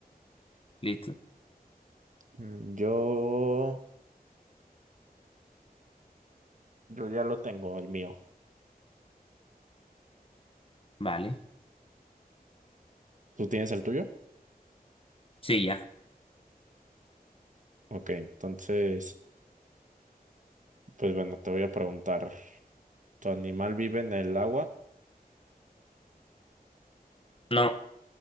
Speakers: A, on the left; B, on the right.
A: Listo,
B: Mm, Yo, yo ya lo tengo, el mío.
A: vale.
B: ¿Tú tienes el tuyo?
A: Sí, ya.
B: Ok, entonces, pues bueno, te voy a preguntar, ¿tu animal vive en el agua?
A: No,